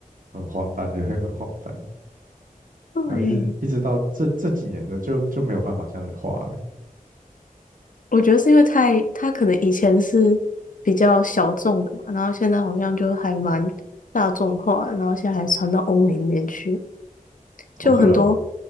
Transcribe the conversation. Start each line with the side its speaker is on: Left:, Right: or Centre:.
Right: 很荒诞就会很荒诞，
Left: 对，
Right: 然后一直一直到这这几年的就就没有办法这样子画了。
Left: 我觉得是因为太，他可能以前是比较小众的吧，然后现在好像就还蛮大众化的然后现在还传到欧美那边去，就很多
Right: 哦，对啊，